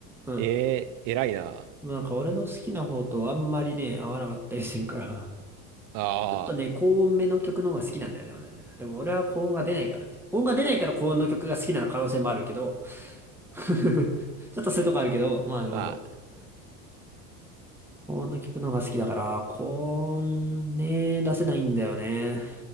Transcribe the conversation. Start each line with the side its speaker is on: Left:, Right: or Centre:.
Centre: うん。
Right: えー、偉いな。
Centre: なんか俺の好きな方とあんまりね、合わなかったりするから。
Right: ああ、
Centre: ちょっとね、高音めの曲の方が好きなんだよね、俺はね。でも俺は高音が出ないからね。高音が出ないから高音の曲が好きな可能性もあるけど、<laughs> ちょっとそういうとこあるけど、まあでもそう。
Right: まあ、
Centre: 高音の曲の方が好きだから、高音ね、出せないんだよね。